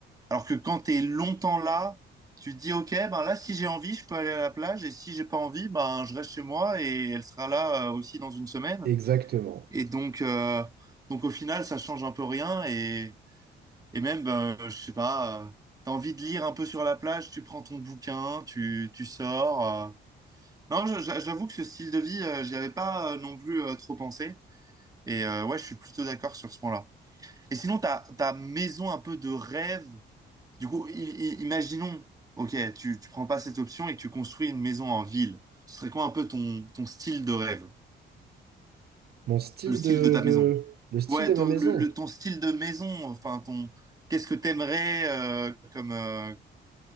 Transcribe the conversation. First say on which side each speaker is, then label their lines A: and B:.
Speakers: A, on the right; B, on the right.
A: Alors que quand tu es longtemps là, tu te dis OK, ben là, si j'ai envie, je peux aller à la plage et si j'ai pas envie, ben je reste chez moi et elle sera là euh, aussi dans une semaine.
B: Exactement.
A: Et donc, euh, donc au final, ça change un peu rien et et même, ben, je sais pas, euh, t'as envie de lire un peu sur la plage, tu prends ton bouquin, tu, tu sors. euh. Non, je- je- j'avoue que ce style de vie, euh, j'y avais pas euh, non plus euh, trop pensé. Et euh, ouais, je suis plutôt d'accord sur ce point-là. Et sinon, ta, ta maison un peu de rêve, du coup, i- i- imaginons, ok, tu, tu prends pas cette option et que tu construis une maison en ville. Ce serait quoi un peu ton, ton style de rêve?
B: Mon style
A: Le style
B: de,
A: de ta
B: de,
A: maison?
B: le style
A: Ouais,
B: de ma
A: ton,
B: maison.
A: le, le- ton style de maison, enfin, ton, qu'est-ce que t'aimerais euh, comme, euh,